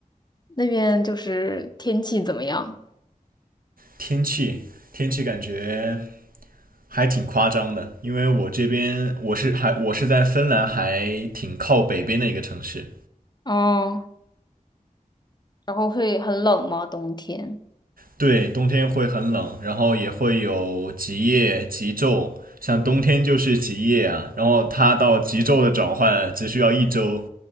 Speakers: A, on the left; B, on the right.
A: 那边就是天气怎么样？
B: 天气，天气感觉还挺夸张的，因为我这边我是还我是在芬兰，还挺靠北边的一个城市。
A: 哦，然后会很冷吗？冬天？
B: 对，冬天会很冷，然后也会有极夜、极昼，像冬天就是极夜啊，然后它到极昼的转换只需要一周，